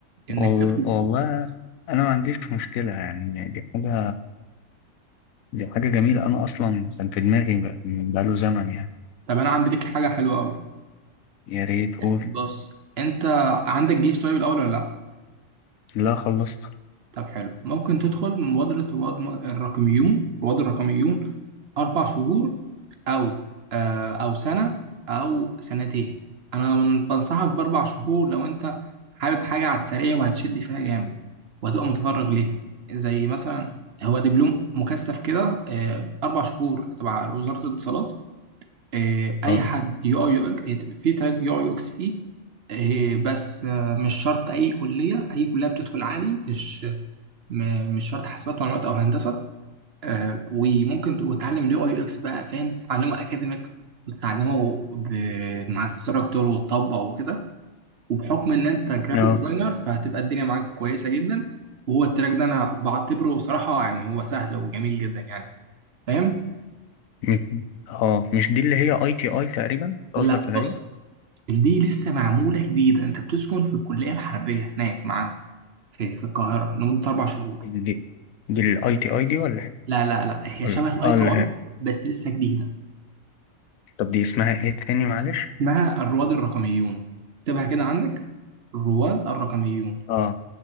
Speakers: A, on the right; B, on the left.
A: انك
B: وال-
A: تدخل
B: والله انا ما عنديش مشكلة يعني دي حاجة دي حاجة جميلة أنا أصلا كان في دماغي بق- بقاله زمن يعني
A: طب انا عندي لك حاجه حلوه قوي
B: يا ريت قول
A: بص انت عندك جيش طيب الاول ولا لا
B: لا خلصت
A: طب حلو ممكن تدخل مبادرة رواد م- الرقميون رواد الرقميون أربع شهور أو آه، أو سنة أو سنتين أنا من- بنصحك بأربع شهور لو أنت حابب حاجة على السريع وهتشد فيها جامد وهتبقى متفرغ ليها زي مثلا هو دبلوم مكثف كده آه، أربع شهور تبع وزارة الاتصالات آه، أي
B: اه
A: حد يو أي يو إكس آه، في تراك يو أي يو إكس فيه آه، بس آه، مش شرط أي كلية أي كلية بتدخل عادي مش م- مش شرط حاسبات معلومات او هندسه آه، وممكن وتتعلم اليو اي يو اكس بقى فاهم تتعلمه اكاديميك وتتعلمه ب- مع الستراكتور وتطبق وكده وبحكم ان انت جرافيك
B: اه
A: ديزاينر فهتبقى الدنيا معاك كويسه جدا وهو التراك ده انا بعتبره صراحه يعني هو سهل وجميل جدا يعني فاهم
B: مش اه مش دي اللي هي اي تي اي تقريبا قصدك
A: لا
B: على
A: بص
B: دي
A: دي لسه معموله جديده انت بتسكن في الكليه الحربيه هناك معاهم في في القاهره لمده اربع شهور
B: دي دي الاي تي اي دي ولا إيه؟
A: لا لا لا هي
B: ولا
A: شبه الاي
B: اه
A: تي
B: اللي
A: اي
B: هي
A: بس لسه جديده
B: طب دي اسمها ايه تاني معلش
A: اسمها الرواد الرقميون اكتبها كده عندك الرواد الرقميون
B: اه